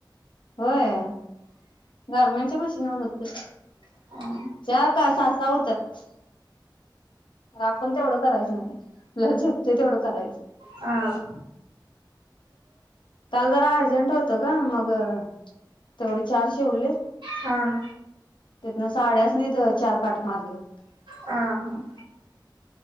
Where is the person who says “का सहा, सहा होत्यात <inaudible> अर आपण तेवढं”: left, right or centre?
Left